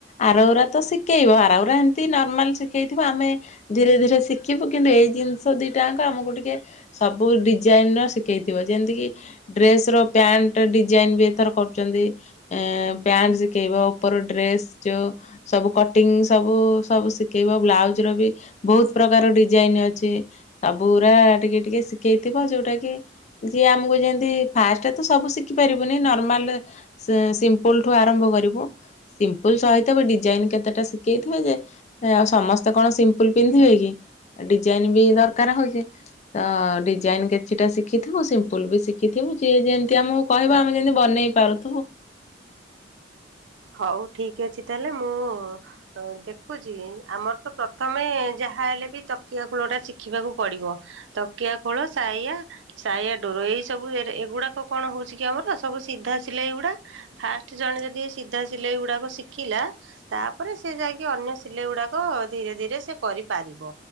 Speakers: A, on the left (about 40°); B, on the right (about 85°).
A: ଆରଉରା ତ ଶିଖେଇବ ଆରଉରା ଏମିତି ନର୍ମାଲ ଶିଖେଇଥିବ ଆମେ ଧୀରେ ଧୀରେ ଶିଖିବୁ କିନ୍ତୁ ଏଇ ଜିନିଷ ଦିଟାଙ୍କ ଆମକୁ ଟିକେ ସବୁ ଡିଜାଇନ ର ଶିଖେଇଥିବ ଯେମିତିକି ଡ୍ରେସ ର ପ୍ୟାଣ୍ଟ ଡିଜାଇନ ବି ଏଥର କରୁଛନ୍ତି ଏ ପ୍ୟାଣ୍ଟ ଶିଖେଇବ ଉପର ଡ୍ରେସ ଯୋଉ ସବୁ କଟିଙ୍ଗ ସବୁ ସବୁ ଶିଖେଇବ ବ୍ଲାଉଜ ର ବି ବହୁତ ପ୍ରକାର ଡିଜାଇନ ଅଛି ସବୁୁରା ଟିକେ ଟିକେ ଶିଖେଇଥିବ ଯୋଉଟା କି ଯିଏ ଆମକୁ ଯେମତି ଫାଷ୍ଟ ତ ସବୁ ଶିଖ ଶିଖି ପାରିବୁନି ନର୍ମାଲ ସିମ୍ପୁଲଠୁ ଆରମ୍ଭ କରିବୁ ସିମ୍ପୁଲ ସହିତ ବି ଡିଜାଇନ କେତେଟା ଶିଖେଇଥିବେ ଯେ ଆଉ ସମସ୍ତେ କଣ ସିମ୍ପୁଲ ପିନ୍ଧିବେ କି ଡିଜାଇନ ବି ଦରକାର ହଉଛିେ ତ ଡିଜାଇନ କିଛିଟା ଶିଖିଥିବୁ ସିମ୍ପୁଲ ବି ଶିଖିଥିବୁ ଯେ ଯେମତି ଆମ କହିବା ଆମେ ଯେମିତି ବନେଇ ପାରୁଥିବୁ।
B: ହଉ ଠିକ ଅଛି ତାହେଲେ ମୁଁ ଦେଖୁଛି ଆମର ତ ପ୍ରଥମେ ଯାହା ହେଲେ ବି ତକିଆ ଖୋଳ ଟା ଶିଖିବାକୁ ପଡିବ ତକିଆ ଖୋଳ ସାଇଆା ସାଇା ଡୋର ଏଇ ସବୁ ଏଗୁଡାକ କଣ ହଉଛି କି ଆମର ସବୁ ସିଧା ସିଲେଇ ଗୁଡା ଫାଷ୍ଟ ଜଣେ ଯଦି ସିଧା ସିଲେଇ ଗୁଡ଼ାକ ଶିଖିଲା ତାପରେ ସେ ଯାଇକି ଅନ୍ୟ ସିଲେଇ ଗୁଡ଼ାକ ଧୀରେ ଧୀରେ ସେ କରିପାରିବ